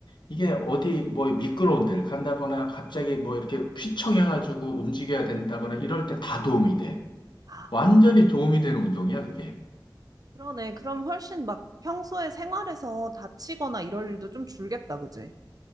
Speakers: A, on the left (about 65°); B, on the right (about 50°).
A: 이게 어디 뭐 미끄러운 데를 간다거나 갑자기 뭐 이렇게 휘청해가지고 움직여야 된다거나 이럴 때 다 도움이 돼.
B: 아,
A: 완전히 도움이 되는 운동이야, 그게.
B: 그러네. 그럼 훨씬 막 평소에 생활에서 다치거나 이럴 일도 좀 줄겠다, 그지?